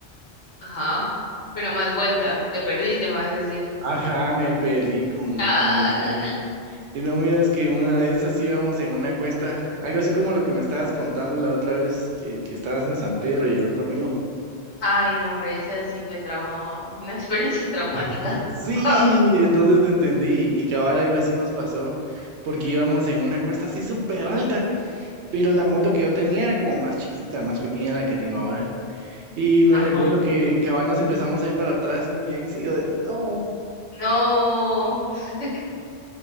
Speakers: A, on the left; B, on the right.
A: ajá. Pero más vuelta, te perdiste, me vas a decir.
B: Ajá, me peleé con,
A: Ah,
B: con...
A: la gran.
B: Y no miras que en una de esas íbamos en una cuesta, algo así como lo que me estabas contando la otra vez, que, que estabas en San Pedro y llegó tu amigo.
A: Ay, no, hombre, esa sí fue trauma, una experiencia <laughs> traumática.
B: <laughs> Sí,
A: <laughs>
B: entonces te entendí y cabal algo así nos pasó, porque íbamos en una cuesta así súper alta, pero la moto que yo tenía era como más chiquita, más pequeña la que tengo ahora. Y
A: Ajá.
B: me recuerdo que cabal nos empezamos a ir para atrás con mi ex y yo de, no,
A: No. <laughs>